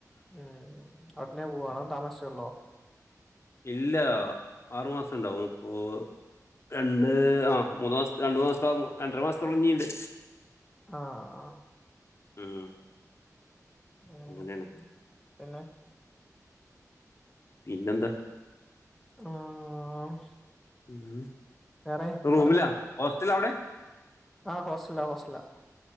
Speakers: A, in the centre; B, on the left.
A: ഉം ഉടനെ പോവാണോ താമസിച്ചേള്ളോ
B: ഇല്ല ആറുമാസം ഉണ്ടാവും ഇപ്പോ രണ്ട് ആ മൂന്നു മാസം രണ്ടു മാസത്തോ രണ്ടര മാസത്തോളം ഇനീണ്ട്
A: ആഹ്
B: ഉം
A: ഉം
B: അങ്ങനെയാണ്
A: പിന്നെ
B: പിന്നെന്താ
A: ആഹ്
B: ഉം.
A: വേറെ
B: റൂമിലാ
A: പറഞ്ഞോ
B: ഹോസ്റ്റൽ അവിടെ
A: ആഹ് ഹോസ്റ്റലിലാ ഹോസ്റ്റലിലാ